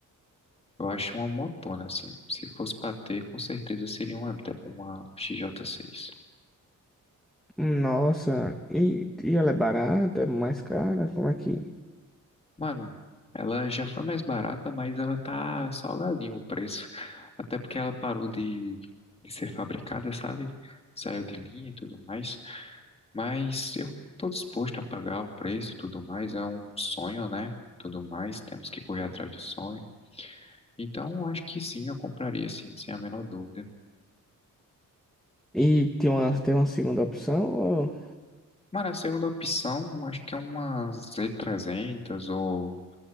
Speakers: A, on the left (about 20°); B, in the centre.
A: Eu acho uma motona, assim. Se fosse pra ter, com certeza seria uma, de- uma XJ6.
B: Nossa, e, e ela é barata, é mais cara? Como é que.
A: Mano, ela já foi mais barata, mas ela tá salgadinho o preço. <laughs> Até porque ela parou de, de ser fabricada, sabe? Saiu de linha e tudo mais. Mas eu tô disposto a pagar o preço e tudo mais. É um sonho, né? E Tudo mais. Temos que correr atrás de sonho. Então, eu acho que sim, eu compraria, sim, sem a menor dúvida.
B: E tem uma, tem uma segunda opção? Ou
A: Mano, a segunda opção, acho que é uma Z300 ou